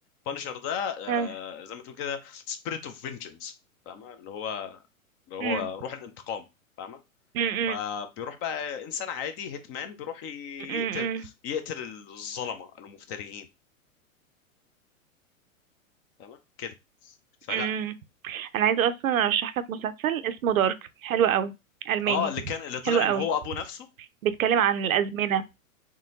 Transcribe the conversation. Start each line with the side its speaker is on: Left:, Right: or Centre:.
Left: بانشر ده آه
Right: آه.
Left: زي ما تقول كده سبيريت اوف فينجنس فاهمه اللي هو اللي هو
Right: مم.
Left: روح الانتقام فاهمه
Right: مم. مم.
Left: فبيروح بقى انسان عادي هيتمان بيروح ي-
Right: مم.
Left: يقتل يقتل الظلمه المفتريين تمام كده فلا
Right: مم. أنا عايزة أصلا أرشح لك مسلسل اسمه دارك حلو قوي ألماني
Left: اه اللي كان اللي طلع
Right: حلو قوي
Left: ان هو ابو نفسه
Right: بيتكلم عن الأزمنة